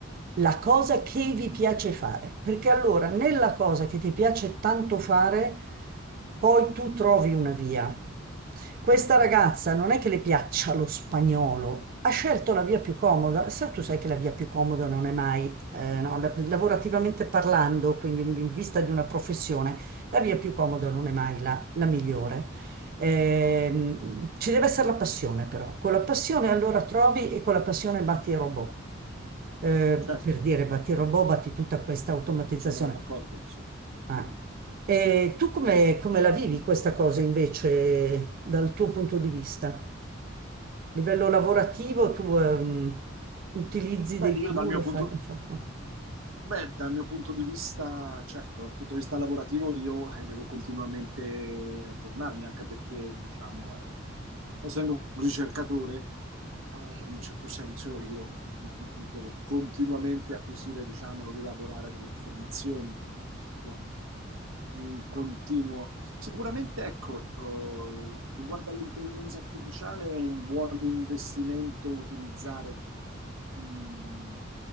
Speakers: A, on the right; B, on the right.
A: la cosa che vi piace fare, perché allora nella cosa che ti piace tanto fare, poi tu trovi una via. Questa ragazza non è che le piaccia lo spagnolo, ha scelto la via più comoda. Sa- tu sai che la via più comoda non è mai, eh, no, la- lavorativamente parlando, quindi in in vista di una professione, la via più comoda non è mai la la migliore. Ehm, ci deve essere la passione però, con la passione allora trovi e con la passione batti i robot. Eh,
B: Certo,
A: per dire batti i robot, batti tutta questa automatizzazione.
B: sono d'accordo. sì.
A: Ah. E tu come, come la vivi questa cosa invece dal tuo punto di vista? A livello lavorativo tu ehm, utilizzi
B: Beh,
A: dei
B: io
A: tool,
B: dal mio
A: lo
B: punto,
A: fai, non so, no?
B: Beh, dal mio punto di vista, certo, dal punto di vista lavorativo io eh, devo continuamente aggiornarmi, anche perché, diciamo, eh, essendo un ricercatore, eh, in un certo senso io <laughs> devo continuamente acquisire, diciamo, ed elaborare delle informazioni. eh, Un continuo. Sicuramente, ecco, eh, riguardo all'intelligenza artificiale è un buon investimento utilizzare mm,